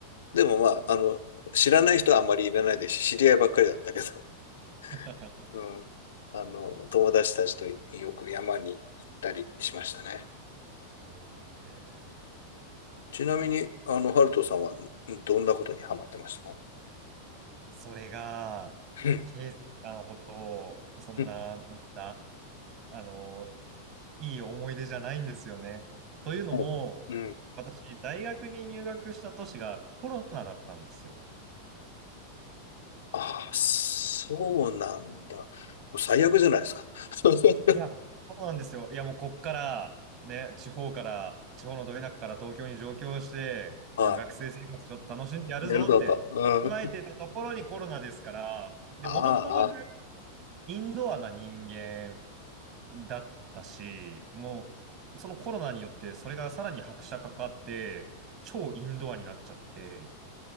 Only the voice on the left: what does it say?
でもまあ、あの、知らない人はあんまりいらないですし、知り合いばっかりだったけど、
<laughs> うん。
あの、友達たちとよく山に行ったりしましたね。
ちなみに、あの、ハルトさんはどんなことにハマってましたか
うん
うん
<laughs> うんうん
ああ、そうなんだ。もう最悪じゃないですか。<laughs>
は
い。やるだと。うん。
ああ、